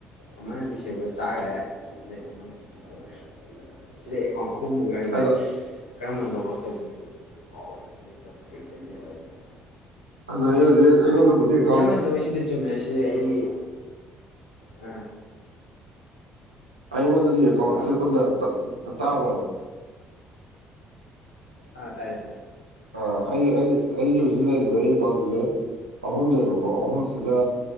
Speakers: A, on the left; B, on the right.
A: ꯑꯃꯅ ꯗꯤꯁꯑꯕꯥꯜ ꯆꯥꯈꯔꯦ ꯑꯗꯨꯒ ꯑꯃꯅ ꯀꯩꯅꯣ ꯇꯧꯒꯔ꯭ꯦ ꯁꯤꯗ ꯑꯦꯀꯥꯎꯟ ꯑꯍꯨꯝꯃꯨꯛ ꯌꯥꯎ ꯚꯏ
B: ꯑꯗꯣ
A: ꯀꯔꯝꯕꯅ ꯂꯣꯒ ꯑꯥꯎꯠ ꯇꯧꯕꯅꯣ ꯇꯧꯕꯅꯣ <unintelligible>
B: <unintelligible> ꯑꯩꯉꯣꯟꯗꯕꯨꯗꯤ ꯑꯦꯀꯥꯎꯟꯠ
A: ꯏꯌꯥꯝꯕꯅ ꯇꯧꯔꯤꯁꯤꯗꯤ ꯆꯨꯝꯃꯦꯁꯤ ꯑꯩ ꯑꯥ
B: ꯑꯩꯉꯣꯟꯗꯗꯤ ꯑꯦꯀꯥꯎꯟꯁꯦ
A: ꯍꯜꯂꯣ
B: ꯄꯨꯟꯅ <unintelligible> ꯇꯥꯕ꯭ꯔꯣ
A: ꯑ ꯇꯥꯏꯌꯦ ꯇꯥꯏ__
B: ꯑ ꯑꯩꯒꯤ ꯑꯩꯒꯤ ꯑꯩꯒꯤ ꯍꯧꯖꯤꯛ ꯂꯩꯔꯤꯕ ꯑꯩ ꯑꯦꯀꯥꯎꯟꯁꯦ ꯑꯍꯨꯝꯅꯦꯕꯀꯣ ꯑꯍꯨꯝꯁꯤꯗ